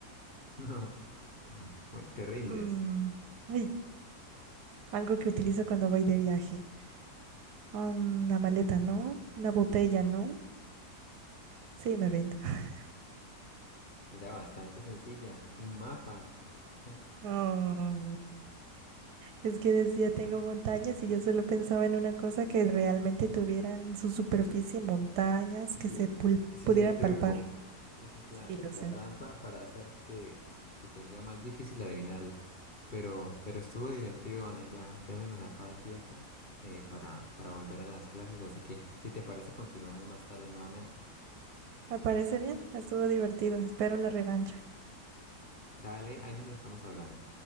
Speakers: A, on the left; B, on the right.
A: <laughs> No, bueno, te rindes.
B: mm, ay, algo que utilizo cuando voy de viaje. Ah, una maleta, ¿no? Una botella, ¿no? Sí, me rindo. <laughs>
A: Era bastante sencilla. Un mapa. <laughs>
B: Ah, Es que decía tengo montañas y yo solo pensaba en una cosa que realmente tuviera en su superficie montañas que
A: Sí,
B: se pul-
A: ese
B: pudieran
A: es el truco.
B: palpar.
A: Esa es
B: Sí,
A: la,
B: lo
A: la
B: sé.
A: trampa para hacer que, que te sea más difícil adivinarlo. Pero, pero estuvo divertido, Ana. Ya, ya se nos acaba el tiempo eh, para, para volver a las clases. Así que, si te parece, continuamos más tarde nuevamente.
B: Me parece bien, estuvo divertido, espero la revancha.
A: Dale, ahí nos estamos hablando.